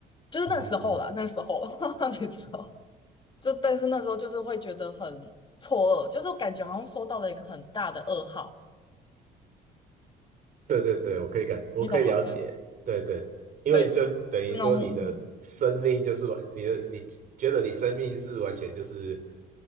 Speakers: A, on the left; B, on the right.
A: 就是那时候啦，
B: 嗯嗯嗯，
A: 那时候 <laughs> 你知道 <laughs>，就但是那时候就是会觉得很错愕，就是感觉好像收到了一个很大的噩耗，
B: 对对对，我可以感，我可以了解。
A: 你懂吗？就
B: 对对，因为就等于说你的生命就是完，
A: 对，就就是那种嗯
B: 你的你觉得你生命是完全就是